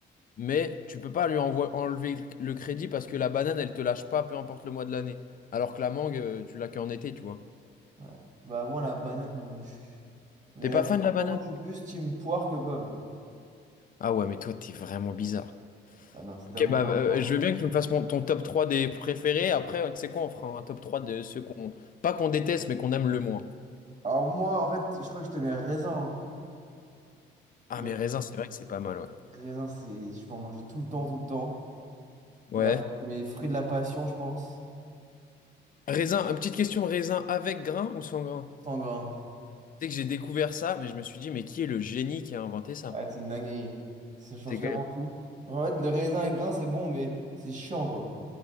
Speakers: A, on the left; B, on the right.
A: Mais tu peux pas lui envo- enlever le crédit parce que la banane, elle te lâche pas, peu importe le mois de l'année. Alors que la mangue, euh, tu l'as qu'en été, tu vois.
B: Ouais. Bah, moi, la banane, ouais. je- Mais
A: T'es pas fan de la banane?
B: moi, je suis plus team poire que pomme, tu vois.
A: Ah ouais, mais toi, t'es vraiment bizarre.
B: Ah non, c'est tellement
A: Ok, bah
B: moins
A: euh,
B: la poire.
A: je veux bien que tu me fasses mon- ton top 3 des préférés. Après, euh, tu sais quoi, on fera un top 3 de ceux qu'on... Pas qu'on déteste, mais qu'on aime le moins.
B: Alors, moi, en fait, je crois que je te mets raisin.
A: Ah,
B: Le
A: mais raisin, c'est vrai que c'est pas mal, ouais.
B: raisin, c'est. Je peux en manger tout le temps, tout le temps.
A: Ouais.
B: Mais après, mes fruits de la passion, je pense.
A: Raisin, euh, petite question, raisin avec grain ou sans grain?
B: Sans grain.
A: Tu sais que j'ai découvert ça, mais je me suis dit, mais qui est le génie qui a inventé ça?
B: Ouais, c'est une dinguerie. Ça change
A: C'est
B: tellement
A: quand même
B: tout. En fait, le raisin et grain, c'est bon, mais c'est chiant, quoi.